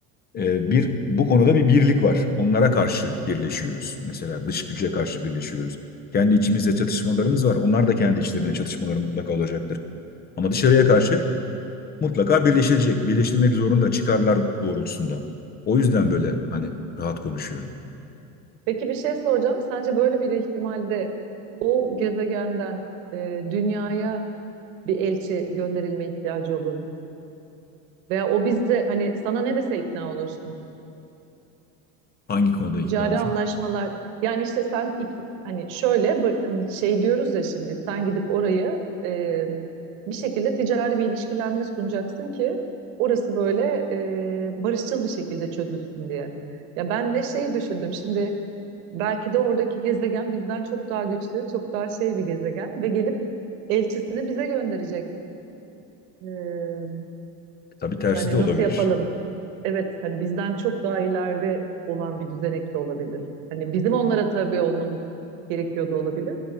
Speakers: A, on the left (about 25°); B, on the right (about 85°).
A: e, bir bu konuda bir birlik var. Onlara karşı birleşiyoruz. Mesela dış güce karşı birleşiyoruz. Kendi içimizde çatışmalarımız var. Onlar da kendi içlerine çatışmaları mutlaka olacaktır. Ama dışarıya karşı mutlaka birleşilecek. birleşilmek zorunda çıkarlar doğrultusunda. O yüzden böyle hani rahat konuşuyorum.
B: Peki bir şey soracağım. Sence böyle bir ihtimalde o gezegenden e, dünyaya bir elçi gönderilme ihtiyacı olur mu? Veya o bize hani sana ne dese ikna olursun.
A: Hangi konuda ikna
B: Ticari
A: olacağım?
B: anlaşmalar yani işte sen ik- hani şöyle bak- hani şey diyoruz ya şimdi sen gidip orayı e, bir şekilde ticari bir ilişkilenme sunacaksın ki orası böyle e, barışçıl bir şekilde çözülsün diye. Ya ben de şey düşündüm şimdi Belki de oradaki gezegen bizden çok daha güçlü, çok daha şey bir gezegen ve gelip elçisini bize gönderecek. Ee,
A: Tabii tersi
B: hani
A: de olabilir.
B: nasıl yapalım? Evet, hani bizden çok daha ileride olan bir düzenek de olabilir. Hani bizim onlara tabi olmamız gerekiyor da olabilir.